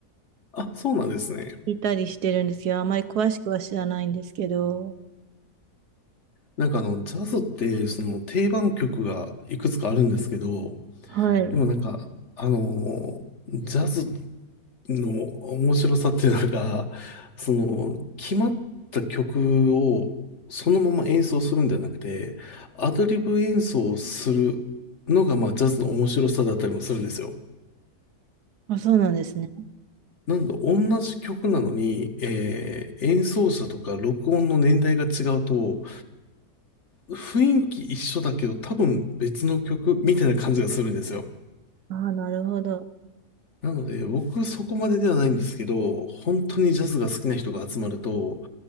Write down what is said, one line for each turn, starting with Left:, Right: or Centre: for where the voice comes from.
Left: <laughs> あ、そうなんですね。
Right: いたりしてるんですけど、あまり詳しくは知らないんですけど。
Left: なんかあの、ジャズってその定番曲がいくつかあるんですけど、
Right: はい。
Left: でもなんか、あのー、ジャズの面白さっていうのが、その、決まった曲をそのまま演奏するんじゃなくて、アドリブ演奏をするのが、まあ、ジャズの面白さだったりもするんですよ。
Right: あ、そうなんですね。
Left: なんだ、同じ曲なのに、えー演奏者とか録音の年代が違うと、雰囲気一緒だけど多分別の曲みたいな感じがするんですよ。
Right: ああ、なるほど。
Left: なので、僕そこまでではないんですけど、本当にジャズが好きな人が集まると、